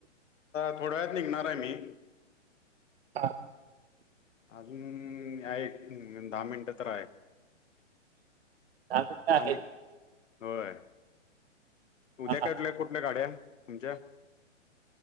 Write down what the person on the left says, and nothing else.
थोड्यावेळात निघणार आहे मी.
अजून आहे एक दहा मिनटं तर आहे.
आणि होय. उद्या
काढल्या कुठल्या गाड्या तुमच्या?